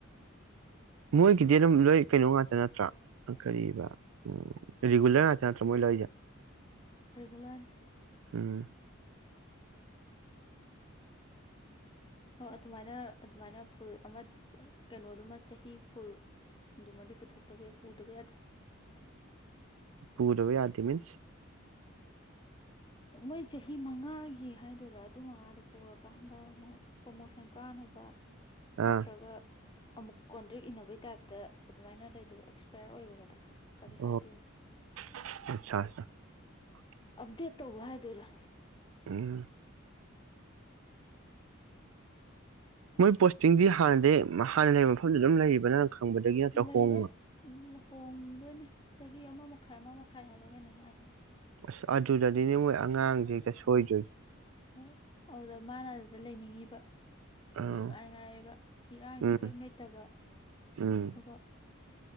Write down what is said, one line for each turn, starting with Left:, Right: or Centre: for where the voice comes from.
Right: ꯃꯣꯏꯒꯤꯗꯤ ꯑꯗꯨꯝ ꯂꯣꯏ ꯀꯩꯅꯣ ꯉꯥꯛꯇ ꯅꯠꯇ꯭ꯔꯥ ꯀꯔꯤꯕ ꯎꯝ ꯔꯤꯒꯨꯂꯔ ꯉꯥꯛꯇ ꯅꯠꯇ꯭ꯔꯥ ꯃꯣꯏ ꯂꯣꯏꯁꯦ
Left: ꯔꯤꯒꯨꯂꯔꯅꯤ
Right: ꯎꯝ
Left: ꯑꯣ ꯑꯗꯨꯃꯥꯏꯅ ꯑꯗꯨꯃꯥꯏꯅ ꯐꯨꯜ ꯑꯃ ꯀꯩꯅꯣꯗꯨꯃ ꯆꯍꯤ ꯐꯨꯜꯗꯨꯃꯗꯤ ꯄꯨꯊꯣꯛꯇꯕ ꯄꯨꯗꯕ ꯌꯥꯗꯦ
Right: ꯄꯨꯗꯕ ꯌꯥꯗꯦ ꯃꯤꯟꯁ
Left: ꯃꯣꯏ ꯆꯍꯤ ꯃꯉꯥꯒꯤ ꯍꯥꯏꯗꯣꯏꯔꯥ ꯑꯗꯨ ꯃꯉꯥꯗꯨ ꯄꯨꯔꯀꯥꯟꯗ ꯑꯃꯨꯛ ꯄ꯭ꯔꯣꯃꯣꯁꯟ ꯀꯥꯅꯕ ꯅꯠꯇ꯭ꯔꯒ
Right: ꯑꯥ
Left: ꯑꯃꯨꯛ ꯀꯣꯟꯇ꯭ꯔꯦꯛ ꯏꯟꯅꯕꯩ ꯇꯥꯏꯞꯇ ꯑꯗꯨꯃꯥꯏꯅ ꯂꯩꯗꯕ ꯑꯦꯛꯁꯄꯌꯔ ꯑꯣꯏꯕꯒꯗ꯭ꯔꯥ
Right: <unintelligible>
Left: ꯀꯔꯤ ꯍꯥꯏꯗꯣꯏꯅꯣ ꯑꯐꯗꯦꯠ ꯇꯧ ꯍꯥꯏꯗꯣꯏꯔꯥ
Right: ꯎꯝ ꯃꯣꯏ ꯄꯣꯁꯇꯤꯡꯗꯤ ꯍꯥꯟꯅꯗꯩ ꯍꯥꯟꯅ ꯂꯩꯕ ꯃꯐꯝꯗꯨ ꯑꯗꯨꯝ ꯂꯩꯔꯤꯕ ꯈꯪꯕꯗꯒꯤ ꯅꯠꯇ꯭ꯔ
Left: ꯂꯩꯔꯣꯏ
Right: ꯍꯣꯡꯕ
Left: ꯍꯣꯡꯗꯣꯏꯅꯦ ꯆꯍꯤ ꯑꯃ ꯃꯈꯥꯏ ꯑꯃ ꯃꯈꯥꯏ ꯍꯥꯏꯕꯔ ꯀꯩꯅꯣꯝ ꯍꯥꯏꯕꯅꯦ
Right: ꯑꯁ ꯑꯗꯨꯗꯗꯤꯅꯦ ꯃꯣꯏ ꯑꯉꯥꯡꯁꯤ ꯍꯦꯛꯇ ꯁꯣꯏꯗꯣꯏ
Left: ꯍꯣꯏ ꯑꯗꯨꯗ ꯃꯥꯅ <unintelligible> ꯂꯩꯅꯤꯡꯉꯤꯕ
Right: ꯑꯥ
Left: ꯅꯨꯡꯉꯥꯏ ꯍꯥꯏꯌꯦꯕ ꯏꯔꯥꯡꯖꯨ
Right: ꯎꯝ
Left: ꯀꯔꯤꯝ ꯂꯩꯇꯕ ꯑꯗꯨꯒ
Right: ꯎꯝ